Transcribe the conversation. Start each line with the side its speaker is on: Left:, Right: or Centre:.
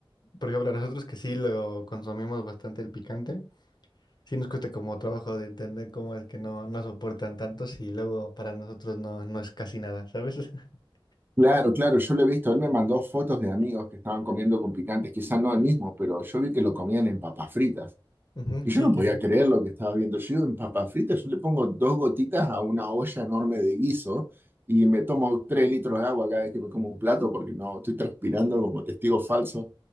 Left: por ejemplo, a nosotros que sí lo consumimos bastante el picante, sí nos cuesta como trabajo de entender cómo es que no, no soportan tanto si luego para nosotros no, no es casi nada, ¿sabes? <laughs>
Right: Claro, claro, yo lo he visto. Él me mandó fotos de amigos que estaban comiendo con picantes, quizás no el mismo, pero yo vi que lo comían en papas fritas.
Left: Ujú,
Right: Y yo
Left: Sí,
Right: no
Left: sí,
Right: podía
Left: sí.
Right: creer lo que estaba viendo. Yo digo, en papas fritas yo le pongo dos gotitas a una olla enorme de guiso y me tomo tres litros de agua cada vez que me como un plato porque no, estoy transpirando como testigo falso.